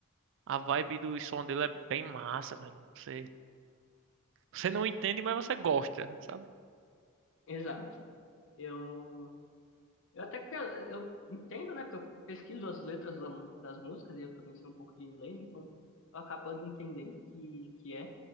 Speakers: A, on the right (about 60°); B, on the left (about 65°).
A: A vibe do som dele é bem massa, velho. Você, você não entende, mas você gosta, sabe?
B: Exato. Eu, eu até que eu entendo, né? Porque eu pesquiso as letras da- das músicas e eu também sei um pouco de inglês, então eu acabo ali entendendo que que é.